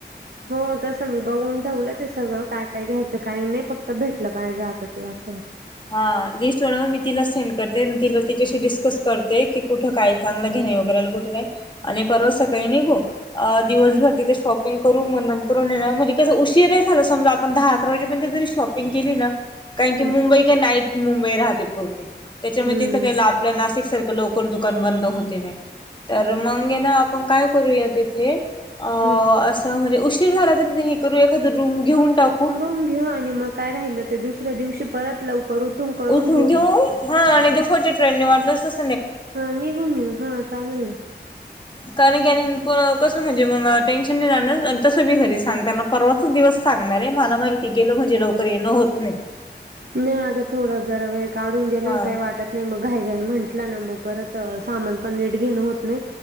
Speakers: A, on the right; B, on the left.
A: हो तसं मी बघून ठेवलं ते सगळं काय काय घ्यायचं काही नाही फक्त भेटलं पाहिजे आता ते असं.
B: हा लिस्ट बनव मी तिला सेंड करते तिला तिच्याशी डिस्कस करते. की कुठं काय चांगलं घेणे वगैरेला कुठं काय आणि परवा सकाळी दिवसभर
A: हम्म
B: तिथे पंग करू मग नंतर ना म्हणजे कसं उशीर झालं समजा आपण दहा अकरा वाजेपर्यंत जरी शॉपिंग केली ना. कारण की
A: हम्म
B: मुंबई का नाईट मुंबई राहते पूर्णे त्याच्यामुळे
A: हम्म
B: तिथं काही ला आपल्या नाशिक सारखं लोकरल दुकान बंद होते नाही तर मग ये ना आपण काय करूया तिथे आस
A: हम्म
B: उश शिर झाला तरी हे करू एखाद रूम घेऊन टाकू
A: घे आणि मग काय राहिलं ते दुसऱ्या दिवशी परत लवकर उठून करून
B: उठून घेऊ हा आणि दुपटच्या ट्रेनने वाटलं असत.
A: हा निघून येऊ हा चालेल ना.
B: कारण की कसं म्हणजे मग टेन्शन नाही. जाण तसं बी घरी सांगताना परवाच दिवस सांगणार आहे मला माहिती गेल म्हणजे लवकर येणं होत नाही.
A: नाही, अगं थोडं जरा वेळ काढून गेलं
B: हा
A: काही वाटत. नाही मग घाई घाई म्हंटलं ना मग परत सामान पण नेट घेणं होत नाही.